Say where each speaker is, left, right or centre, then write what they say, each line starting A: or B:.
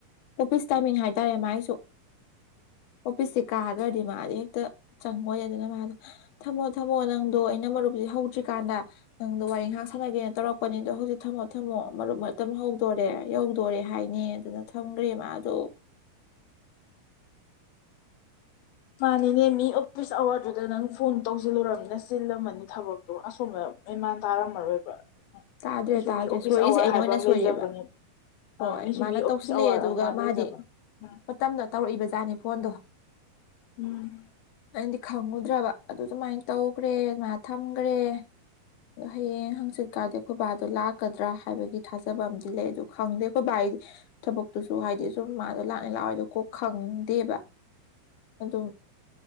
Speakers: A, on the left (about 65°); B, on the left (about 80°).
A: ꯑꯣꯐꯤꯁ ꯇꯥꯏꯃꯤꯡ ꯍꯥꯏꯇꯥꯔꯦ ꯃꯥꯏꯁꯨ ꯑꯣꯐꯤꯁꯁꯤ ꯀꯥꯈ꯭ꯔꯗꯤ ꯃꯥꯗꯤ ꯍꯦꯛꯇ ꯆꯪꯉꯣꯏ ꯑꯗꯨꯅ ꯃꯥꯗ ꯊꯝꯃꯣ ꯊꯝꯃꯣ ꯅꯪꯗꯣ ꯑꯩꯅ ꯃꯔꯨꯞꯁꯦ ꯍꯧꯗ꯭ꯔꯤꯀꯥꯟꯗ ꯅꯪꯗꯣ ꯋꯥꯔꯤ ꯉꯥꯏꯍꯥꯛ ꯁꯥꯟꯅꯒꯦꯅ ꯇꯧꯔꯛꯄꯅꯤ ꯑꯗꯣ ꯍꯧꯖꯤꯛ ꯊꯝꯃꯣ ꯊꯝꯃꯣ ꯃꯔꯨꯞ ꯃꯇꯝ ꯍꯧꯗꯣꯔꯦ ꯌꯧꯗꯣꯔꯦ ꯍꯥꯏꯅꯦ ꯑꯗꯨꯅ ꯊꯝꯒ꯭ꯔꯦ ꯃꯥꯗꯣ
B: ꯃꯥꯅꯤꯅꯦ ꯃꯤ ꯑꯣꯐꯤꯁ ꯑꯋꯥꯔꯗꯨꯗ ꯅꯪ ꯐꯣꯟ ꯇꯧꯖꯤꯜꯂꯨꯔꯝꯅꯤꯅ ꯆꯤꯜꯂꯝꯃꯅꯤ ꯊꯕꯛ ꯑꯗꯣ ꯑꯁꯣꯝꯅ ꯃꯦꯟꯃꯥꯟ ꯇꯥꯔꯝꯃꯔꯣꯏꯕ
A: ꯇꯥꯗ꯭ꯔꯦ
B: ꯃꯤꯁꯨ
A: ꯇꯥꯗ꯭ꯔꯦ
B: ꯃꯤ ꯑꯣꯐꯤꯁ
A: ꯁꯣꯏꯔꯤꯁꯦ
B: ꯑꯋꯥꯔ
A: ꯑꯩꯅ
B: ꯍꯥꯏꯕ
A: ꯑꯣꯏꯅ
B: ꯑꯃ
A: ꯁꯣꯏꯔꯦꯕ
B: ꯂꯩꯖꯕꯅꯦ
A: ꯍꯣꯏ
B: ꯑ ꯃꯤꯁꯨ
A: ꯃꯥꯅ
B: ꯃꯤ ꯑꯣꯐꯤꯁ
A: ꯇꯧꯁꯤꯜꯂꯛꯑꯦ
B: ꯑꯋꯥꯔ
A: ꯑꯗꯨꯒ
B: ꯑꯃ
A: ꯃꯥꯗꯤ
B: ꯂꯩꯖꯕꯅꯦ ꯎꯝ
A: ꯃꯇꯝꯗ ꯇꯧꯔꯛꯏꯕꯖꯥꯠꯅꯤ ꯐꯣꯟꯗꯣ
B: ꯎꯝ
A: ꯑꯩꯗꯤ ꯈꯪꯉꯨꯗ꯭ꯔꯕ ꯑꯗꯨ ꯑꯗꯨꯃꯥꯏꯅ ꯇꯧꯈ꯭ꯔꯦ ꯑꯗꯨꯃꯥꯏꯅ ꯊꯝꯒ꯭ꯔꯦ ꯑꯗꯣ ꯍꯌꯦꯡ ꯍꯪꯆꯤꯠ ꯀꯥꯗꯦ ꯑꯩꯈꯣꯏ ꯕꯥꯗꯣ ꯂꯥꯛꯀꯗ꯭ꯔꯥ ꯍꯥꯏꯕꯒꯤ ꯊꯥꯖꯕ ꯑꯃꯗꯤ ꯂꯩ ꯑꯗꯨ ꯈꯪꯗꯦ ꯑꯩꯈꯣꯏ ꯕꯥꯏꯗꯤ ꯊꯕꯛꯇꯨꯁꯨ ꯍꯥꯏꯗꯤ ꯁꯨꯝ ꯃꯥꯗꯣ ꯂꯥꯛꯅꯤ ꯂꯥꯛꯑꯣꯏꯗꯣ ꯀꯣ ꯈꯪꯗꯦꯕ ꯑꯗꯨꯝ